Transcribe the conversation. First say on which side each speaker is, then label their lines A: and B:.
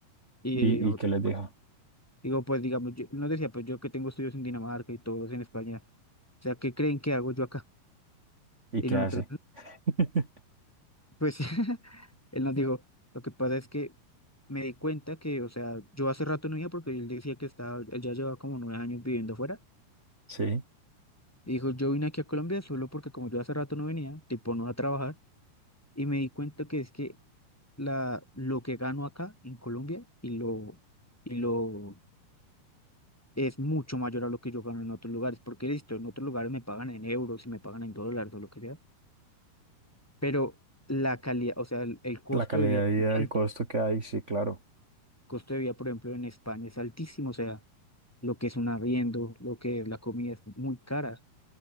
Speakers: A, in the centre; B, on the right.
A: Y
B: ¿Y,
A: nosotros,
B: y qué les
A: pues,
B: dijo?
A: digo, pues digamos, yo, él nos decía, pues yo que tengo estudios en Dinamarca y todos en España. O sea, ¿qué creen que hago yo acá?
B: ¿Y
A: Y
B: qué
A: nosotros,
B: hace? <laughs>
A: Pues <laughs> él nos dijo, lo que pasa es que me di cuenta que, o sea, yo hace rato no iba porque él decía que estaba, él ya llevaba como nueve años viviendo afuera
B: Sí,
A: Y dijo, yo vine aquí a Colombia solo porque como yo hace rato no venía, tipo no a trabajar, y me di cuenta que es que la, lo que gano acá en Colombia y lo, y lo es mucho mayor a lo que yo gano en otros lugares, porque listo, en otros lugares me pagan en euros y me pagan en dólares o lo que sea, pero la calidad, o sea, el, el costo
B: la calidad
A: de vida es
B: de vida,
A: muy
B: el
A: alto.
B: costo que hay, sí, claro.
A: costo de vida, por ejemplo, en España es altísimo, o sea, lo que es un arriendo, lo que es la comida es muy cara.